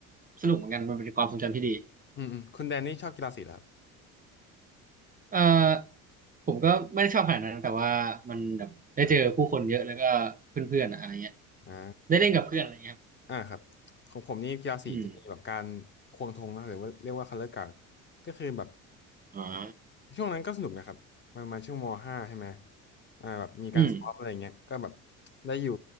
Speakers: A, on the right; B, on the left.
A: สนุกเหมือนกันมันเป็นความทรงจำที่ดี
B: ครับ อืมอืมคุณแดนนี่ชอบกีฬาสีเหรอ
A: เอ่อผมก็ไม่ได้ชอบขนาดนั้นแต่ว่ามันแบบได้เจอผู้คนเยอะแล้วก็เพื่อนๆอะอะไรเงี้ย
B: ครับอ่าอมอ่า
A: ได้เล่นกับเพื่อนอะไรเงี้ยครับ
B: อ่าครับของผมนี่กีฬาสีจะมีแบบการควงธงนะหรือว่าเรียกว่าคัลเลอรการ
A: อืม
B: ก็คือแบบ
A: อ่า
B: ช่วงนั้นก็สนุกนะครับมรมาช่วงมห้าใช่ไหมอ่าแบบมีการซ้อมอะไรเงี้ยก็แบบ
A: อืม
B: ได้อยู่